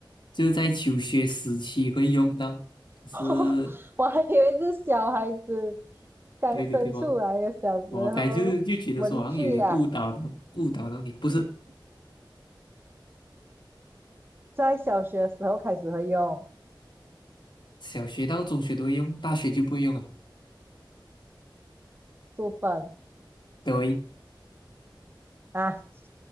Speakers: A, on the left (about 65°); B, on the right (about 25°).
A: 就在求学时期会用到，是
B: <laughs> 我还以为是小孩子刚生出来的小时候文具啊，
A: 对对对，我我该就是就觉得说好像有点误导的，误导到你，不是
B: 在小学时候开始会用
A: 小学到中学都会用，大学就不会用了，
B: 书本
A: 对，
B: 啊，<laughs>